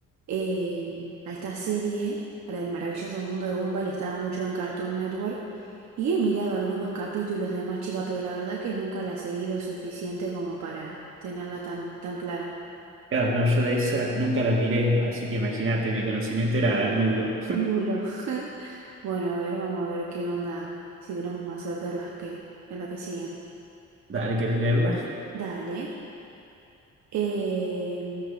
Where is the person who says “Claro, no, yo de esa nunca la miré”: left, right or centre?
Right